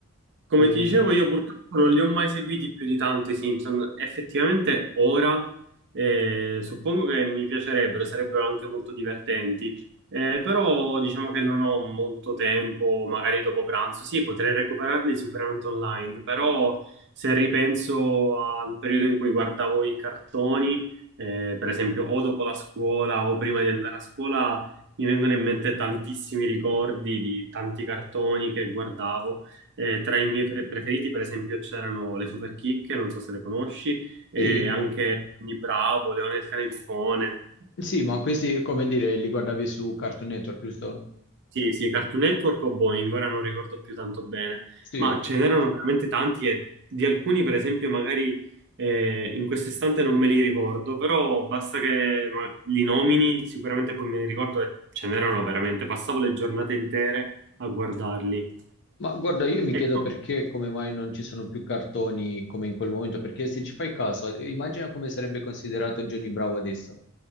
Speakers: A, on the right; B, on the left.
A: Come
B: Eh,
A: ti dicevo, io purtroppo non li ho mai seguiti più di tanto i Simpson. Effettivamente ora eh, suppongo che mi piacerebbero, sarebbero anche molto divertenti. Eh, però diciamo che non ho molto tempo, magari dopo pranzo. Sì, potrei recuperarli sicuramente online, però se ripenso al periodo in cui guardavo i cartoni, eh, per esempio o dopo la scuola o prima di andare a scuola, mi vengono in mente tantissimi ricordi di tanti cartoni che guardavo. Eh, tra i miei pre- preferiti, per esempio, c'erano le Superchicche, non so se le conosci, e
B: sì,
A: anche Tony Bravo, Leone il cane fifone.
B: sì, ma questi, come dire, li guardavi su Cartoon Network, giusto?
A: Sì, sì, Cartoon Network o Boeing, ora non ricordo più tanto bene,
B: Sì.
A: ma ce n'erano veramente tanti e di alcuni, per esempio, magari eh, in questo istante non me li ricordo, però basta che ma, li nomini, sicuramente poi me li ricordo e ce n'erano veramente, passavo le giornate intere a guardarli.
B: Ma guarda, io mi
A: Ecco,
B: chiedo perché, come mai non ci sono più cartoni come in quel momento, perché se ci fai caso, immagina come sarebbe considerato Johnny Bravo adesso,